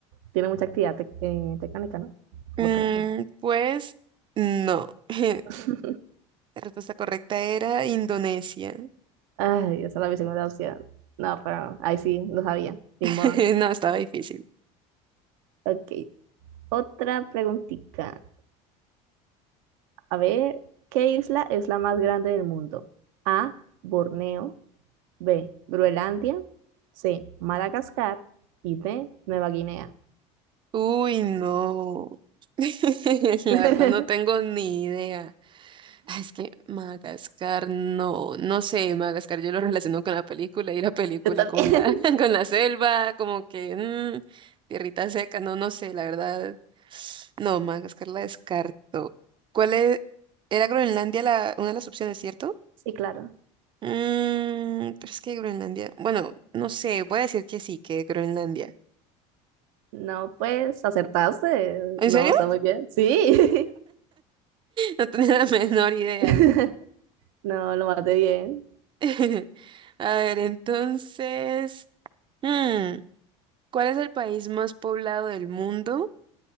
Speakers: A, on the right (about 80°); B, on the right (about 30°).
A: Tiene mucha actividad tec- eh, tectónica, ¿no?
B: Mm,
A: Volcánica, no
B: pues no. <laughs>
A: sé.
B: La respuesta correcta era Indonesia.
A: <laughs> Ay, esa era mi segunda opción. No, pero ahí sí, lo sabía, ni
B: <laughs>
A: modo.
B: No, estaba difícil.
A: Ok, otra preguntita. A ver, ¿qué isla es la más grande del mundo? A, Borneo, B, Groenlandia, C, Madagascar y D, Nueva Guinea.
B: Uy, no. <laughs> La
A: <laughs>
B: verdad no tengo ni idea. Ah, Es que Madagascar, no, no sé, Madagascar yo lo relaciono con la película y la película
A: Yo también.
B: con la, <laughs> con la selva, como que mm, tierrita seca, no, no sé, la verdad. No, Madagascar la descarto. ¿Cuál es? Era Groenlandia la, una de las opciones, ¿cierto?
A: Sí, claro.
B: Mm, pero es que Groenlandia. Bueno, no sé, voy a decir que sí, que Groenlandia.
A: No, pues acertaste.
B: ¿En
A: No,
B: serio?
A: está
B: <laughs>
A: muy bien. Sí.
B: No tenía la menor idea.
A: <laughs> No, lo maté bien.
B: <laughs> A ver, entonces. mm, ¿cuál es el país más poblado del mundo?